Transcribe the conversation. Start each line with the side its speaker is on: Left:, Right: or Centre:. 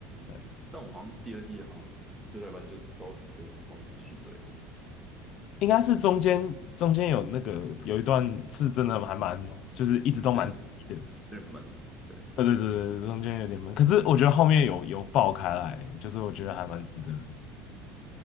Left: 的。
Centre: 但我好像第二季好像追到一半就不知道为什么就忘记继续追，
Left: 应该是中间中间有那个有一段是真的还蛮，就是一直都蛮低的。
Centre: 有点有点闷，对
Left: 对对对对，中间有点闷，可是我觉得后面有有爆开来，就是我觉得还蛮值得。